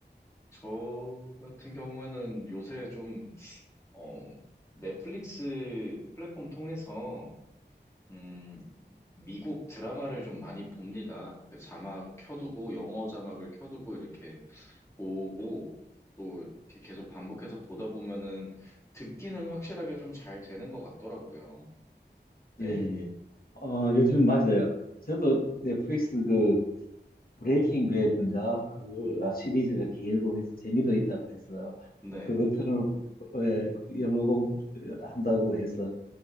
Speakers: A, on the left; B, on the left.
A: 저 같은 경우에는 요새 좀, 어, 넷플릭스 플랫폼 통해서, 음, 미국 드라마를 좀 많이 봅니다. 그 자막 켜두고, 영어 자막을 켜두고 이렇게 보고 또 이렇게 계속 반복해서 보다 보면은 듣기는 확실하게 좀 잘 되는 것 같더라고요. 네.
B: 예, 예. 어, 요즘 맞아요. 저도 넷플릭스 그 브레이킹 배드인가 그거
A: 음,
B: 시리즈가 길고 해서 재미도 있다고 해서
A: 네.
B: 그거 틀어놓고 예, 영어 공부한다고 해서